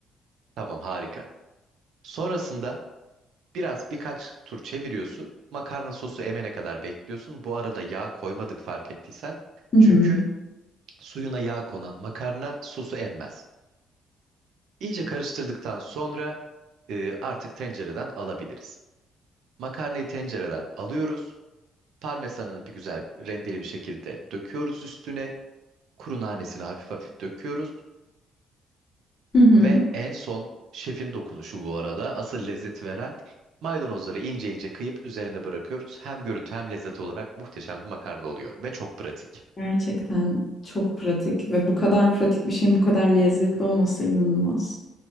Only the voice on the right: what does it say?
Tamam, harika. Sonrasında biraz birkaç tur çeviriyorsun. Makarna sosu emene kadar bekliyorsun. Bu arada yağ koymadık fark ettiysen.
Çünkü
Suyuna yağ konan makarna sosu emmez. İyice karıştırdıktan sonra e, artık tencereden alabiliriz. Makarnayı tencereden alıyoruz. Parmesanını bir güzel rendeli bir şekilde döküyoruz üstüne. Kuru nanesini hafif hafif döküyoruz.
Ve en son şefin dokunuşu bu arada asıl lezzet veren maydanozları ince ince kıyıp üzerine bırakıyoruz. Hem görüntü hem lezzet olarak muhteşem bir makarna oluyor ve çok pratik.